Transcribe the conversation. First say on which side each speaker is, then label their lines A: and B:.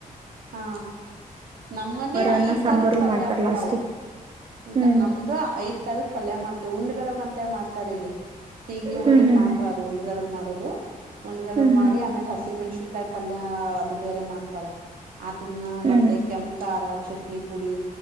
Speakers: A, on the right; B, on the right.
A: ಹಾ ನಮ್ಮಲ್ಲಿ
B: ಅನ್ನ
A: ಐದ್
B: ಸಾಂಬಾರು
A: ತರದ ಪಲ್ಯ
B: ಮಾಡ್ತಾರ
A: ಹಪ್ಪಿ
B: ಲಾಸ್ಟಿಗೆ
A: ನಾವು ಇಲ್ಲ
B: ಹ್ಮ್
A: ನಮ್ದು ಐದ ತಾರಕ್ ಪಲ್ಯ ಮಾಡ್ತೇವಿ ಉಂಡ್ ಗಡಬ ಅಂತ ಮಾಡ್ತಾರೆ ಇಲ್ಲಿ ಸೀಗಿ ಉಣ್ಲ್
B: ಹ್ಮ್ ಹ್ಮ್
A: ಮಾತ್ರ ಅದು ಉಂಡ್ ಗಡಬ್ ಮಾಡೋುದು ಉಂಡ್ಗಡ
B: ಹ್ಮ್ ಹ್ಮ್
A: ಮಾಡಿ
B: ಹ್ಮ್
A: ಆಮೇಲೆ ಹಸಿಮೆಣಸಿಕಾಯಿ ಪಲ್ಯ ಅದು ಬೇರೆ ಮಾಡ್ತಾರೆ ಅದನ್ನ
B: ಹ್ಮ್
A: ಮತ್ತುತ್ತೆ ಕೆಂಪು ಖಾರ ಚಟ್ನಿ ಪುಡಿ